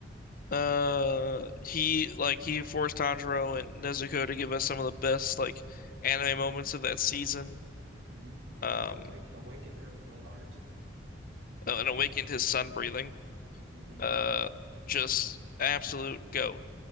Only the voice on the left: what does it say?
Uh, he like he forced Tanjiro and Nezuko to give us some of the best like anime
moments of that season.
Um,
uh, and awakened his sun breathing.
Uh, just absolute goat.